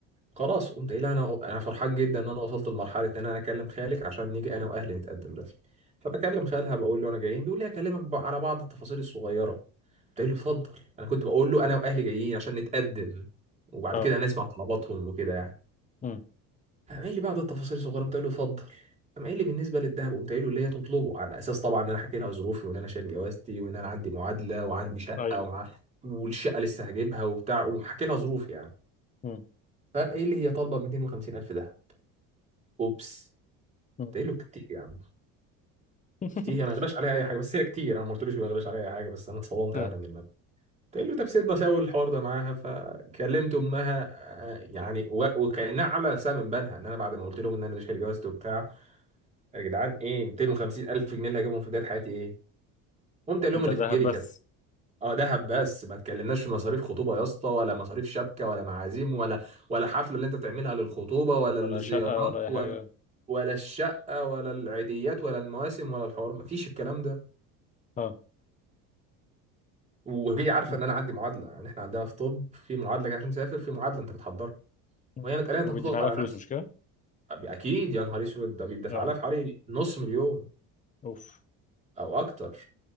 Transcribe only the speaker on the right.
خلاص قمت قايل انا انا فرحان جدا ان انا وصلت لمرحله ان انا اكلم خالك عشان نيجي انا واهلي نتقدم رسمي فبكلم خالها بقول له انا جايين بيقول لي اكلمك بقى على بعض التفاصيل الصغيره قلت له اتفضل انا كنت بقول له انا واهلي جايين عشان نتقدم وبعد
كده نسمع طلباتهم وكده يعني
قام قايل لي بعض التفاصيل الصغيره قلت له اتفضل قام قايل لي بالنسبه للذهب قمت قايل له اللي هي تطلبه على اساس طبعا ان انا حكي لها ظروفي وان انا شايل جوازتي وان انا عندي معادله وعندي شقه
وع... والشقه لسه هجيبها وبتاع وحكي لها ظروفي يعني
فقام قايل لي هي طالبه 250 الف دهب اوبس
تقيله كتير يا عم
كتير هي ما يغلاش عليها اي حاجه بس هي كتير انا ما قلتلوش ما يغلاش عليها اي حاجه بس انا اتصدمت
يعني من الماب تقول له طب سيدنا ساوي الحوار ده معاها فكلمت امها آه، يعني و- وكانها عامله نفسها من بنها ان انا بعد ما قلت لهم ان انا اللي شايل جوازته وبتاع يا جدعان ايه 250 الف جنيه اللي هجيبهم في بدايه حياتي ايه قمت قال لهم
اللي
في جيبي كذا
اه دهب بس ما تكلمناش في مصاريف خطوبه يا اسطى ولا مصاريف شبكه ولا معازيم ولا ولا حفله اللي انت تعملها للخطوبه ولا الزيارات
ولا الشقة ولا العيديات ولا المواسم ولا الحوار مفيش الكلام ده
وهي عارفة
ان انا عندي معادلة يعني احنا عندنا في طب في معادلة كده عشان تسافر في معادلة انت بتحضرها
وهي متقالة انت
بتضغط
على
نفسك
اكيد يا نهار اسود ده بيدفع
لها في حوالي نص مليون
او اكتر